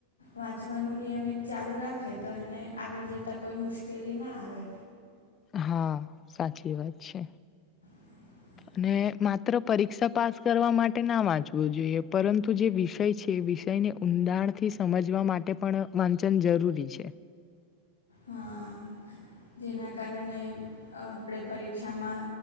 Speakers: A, on the left; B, on the left.
A: વાંચવાનું નિયમિત ચાલુ રાખે તો એને આગળ જતા કોઈ મુશ્કેલી ના આવે
B: હા સાચી વાત છે.
A: <unintelligible>
B: અને માત્ર પરીક્ષા પાસ કરવા માટે ના વાંચવું જોઈએ પરંતુ જે વિષય છે એ વિષયને ઊંડાણથી સમજવા માટે પણ વાંચન જરૂરી છે.
A: હા જેના કારણે અ આપણે પરીક્ષામાં